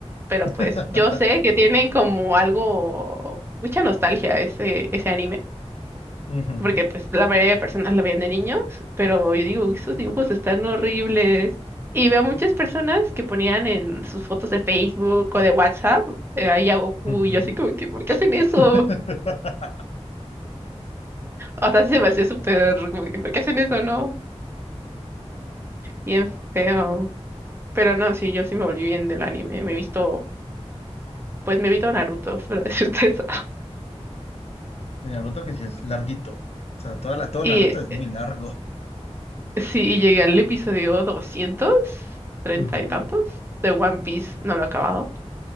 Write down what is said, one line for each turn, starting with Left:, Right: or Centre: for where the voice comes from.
Right: pero
Left: <laughs>
Right: pues yo sé que tienen como algo, mucha nostalgia ese, ese anime,
Left: ujú,
Right: porque pues la mayoría de personas lo veían de niños, pero yo digo, estos dibujos están horribles. Y veo muchas personas que ponían en sus fotos de Facebook o de WhatsApp eh, ahí a Goku,
Left: ujú.
Right: y yo así como que, ¿por qué hacen eso?
Left: <laughs>
Right: hasta se me hacía súper, como que, ¿por qué hacen eso, no? Bien feo. Pero no, sí, yo sí me volví bien del anime. Me he visto, pues me he visto Naruto, <laughs> para decirte eso.
Left: De Naruto que sí es larguito. O sea, toda la, todo
Right: Y
Left: Naruto es
Right: eh,
Left: muy largo.
Right: sí, y llegué al episodio doscientos treinta
Left: Ujú.
Right: y tantos, de One Piece. No lo he acabado,